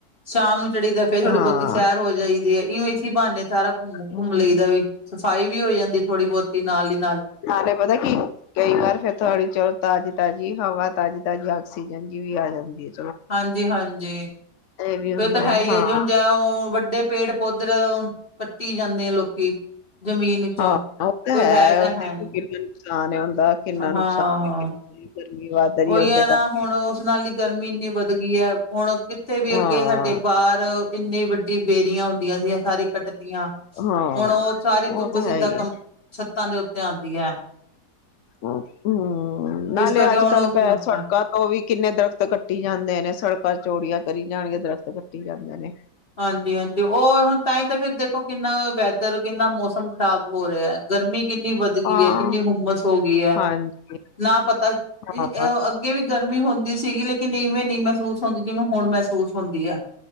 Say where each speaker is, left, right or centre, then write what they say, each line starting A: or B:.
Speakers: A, on the left; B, on the left.
A: ਸ਼ਾਮ ਨੂੰ ਚੜੀ ਦਾ ਫ਼ੇਰ ਥੋੜ੍ਹੀ
B: ਹਾਂ
A: ਬਹੁਤੀ ਸੈਰ ਹੋ ਜਾਈਦੀ ਐ। ਇਵੇਂ ਬਾਨੇ ਸਾਰਾ ਘੁੰਮ ਘੁੰਮ
B: ਹਮ
A: ਲਈ ਦਾ ਵੀ ਸਫ਼ਾਈ ਵੀ ਹੋ ਜਾਂਦੀ ਥੋੜ੍ਹੀ ਬਹੁਤੀ ਨਾਲ਼ ਈ ਨਾਲ਼।
B: ਨਾਲ਼ੇ ਪਤਾ ਕੀ ਕਈ ਵਾਰ ਫ਼ੇਰ ਥੋੜੀ ਚਲੋ ਤਾਜ਼ੀ ਤਾਜ਼ੀ ਹਵਾ ਤਾਜ਼ੀ ਤਾਜ਼ੀ ਆਕਸੀਜਨ ਵੀ ਆ ਜਾਂਦੀ ਏ।
A: ਹਾਂਜੀ ਹਾਂਜੀ
B: ਵੀ ਹੁੰਦਾ
A: ਏ ਤੇ ਹੈ ਈ
B: ਹਾਂ
A: ਆ ਜੀ ਹੁਣ ਜ ਉਹ ਵੱਡੇ ਪੇੜ ਪੌਧਰ ਕੱਟੀ ਜਾਂਦੇ ਆ ਲੋਕੀਂ। ਜ਼ਮੀਨ ਚੋਂ
B: ਹਾਂ ਉਹ ਤਾਂ
A: ਕੋਈ ਹੈ ਤਾਂ
B: ਦੇਖੋ
A: ਹੈ ਨੀ
B: ਕਿੰਨਾ ਨੁਕਸਾਨ ਆ ਹੁੰਦਾ ਕਿੰਨਾ ਨੁਕਸਾਨ
A: ਹਾਂ
B: ਗਰਮੀ ਵੱਧ ਰਹੀ
A: ਉਹੀ
B: ਹੈ ਉਹਦੇ
A: ਐ
B: ਕਰਕੇ
A: ਨਾ ਹੁਣ ਉਸ ਨਾਲ਼ ਹੀ ਗਰਮੀ ਇੰਨੀ ਵੱਧ ਗਈ ਐ। ਹੁਣ ਕਿੱਥੇ ਵੀ
B: ਹਾਂ
A: ਅੱਗੇ ਸਾਡੇ ਬਾਹਰ ਇੰਨੀ ਵੱਡੀ ਬੇਰੀਆਂ ਹੁੰਦੀਆਂ ਸੀ। ਇਹ ਸਾਰੀ ਕੱਟਤੀਆਂ।
B: ਹਾਂ
A: ਹੁਣ ਉਹ ਸਾਰੀ
B: ਉਹ
A: ਧੁੱਪ
B: ਤਾਂ
A: ਸਿੱਧਾ
B: ਹੈ ਹੀ
A: ਕੰਮ
B: ਹੈ
A: ਛੱਤਾਂ ਦੇ ਉੱਤੇ ਆਂਦੀ ਐ।
B: ਹੂੰ ਹੂੰ ਨਾਲ਼ੇ
A: ਇਸ ਕਰਕੇ
B: ਅੱਜ
A: ਹੁਣ
B: ਕੱਲ੍ਹ
A: ਉਸ
B: ਪੈ
A: ਨੁਕਸਾਨ
B: ਸੜਕਾਂ ਉਹ ਵੀ ਕਿੰਨੇ ਦਰਖ਼ਤ ਕੱਟੀ ਜਾਂਦੇ ਨੇ ਸੜਕਾਂ ਚੋੜੀਆਂ ਕਰੀ ਜਾਂਣਗੇ ਦਰਖ਼ਤ ਕੱਟੀ ਜਾਂਦੇ ਨੇ।
A: ਹਾਂਜੀ ਹਾਂਜੀ ਉਹ ਹੁਣ ਤਾਂਹੀ ਤਾਂ ਫ਼ਿਰ ਦੇਖੋਂ ਕਿੰਨਾ ਵੈਦਰ ਕਿੰਨਾ ਮੌਸਮ ਖ਼ਰਾਬ ਹੋ ਰਿਹਾ ਐ। ਗਰਮੀ ਕਿੰਨੀ ਵੱਧ ਗਈ
B: ਹਾਂ
A: ਏ ਕਿੰਨੀ ਹੁੰਮਸ ਹੋ ਗਈ ਐ।
B: ਹਾਂਜੀ
A: ਨਾ ਪਤਾ ਇਹ
B: ਹਾਂ
A: ਉਹ ਅੱਗੇ ਵੀ ਗਰਮੀ ਹੁੰਦੀ ਸੀਗੀ ਲੇਕਿਨ ਇਵੇਂ ਨੀ ਮਹਿਸੂਸ ਹੁੰਦੀ ਜਿਵੇਂ ਹੁਣ ਮਹਿਸੂਸ ਹੁੰਦੀ ਆ।